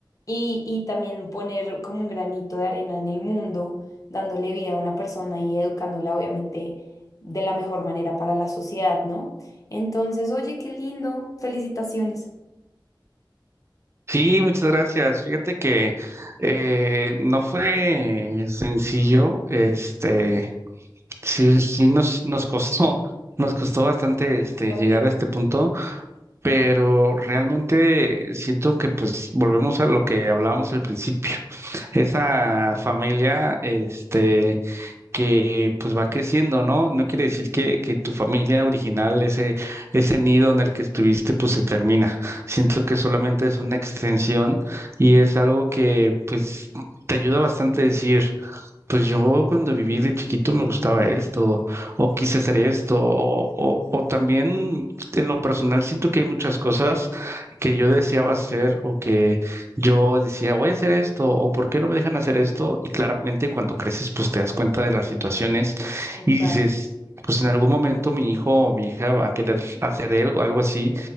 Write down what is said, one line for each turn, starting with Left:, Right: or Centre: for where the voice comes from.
Left: y, y también poner como un granito de arena en el mundo, dándole vida a una persona y educándola obviamente de la mejor manera para la sociedad, ¿no? Entonces, oye, qué lindo, felicitaciones.
Right: Sí, muchas gracias. Fíjate que eh, no fue sencillo, este Sí, sí nos, nos costó, <laughs> nos costó bastante este
Left: Ok,
Right: llegar a este punto, pero realmente siento que pues volvemos a lo que hablábamos al principio. <laughs> Esa familia, este, que pues va creciendo, ¿no? No quiere decir que, que tu familia original, ese, ese nido en el que estuviste, pues se termina. Siento que solamente es una extensión y es algo que pues te ayuda bastante a decir pues yo cuando viví de chiquito me gustaba esto, o quise hacer esto, o, o- o también en lo personal siento que hay muchas cosas que yo deseaba hacer o que yo decía, voy a hacer esto, o por qué no me dejan hacer esto, y claramente cuando creces pues te das cuenta de las situaciones
Left: total.
Right: y dices... Pues en algún momento mi hijo o mi hija va a querer hacer algo, algo así,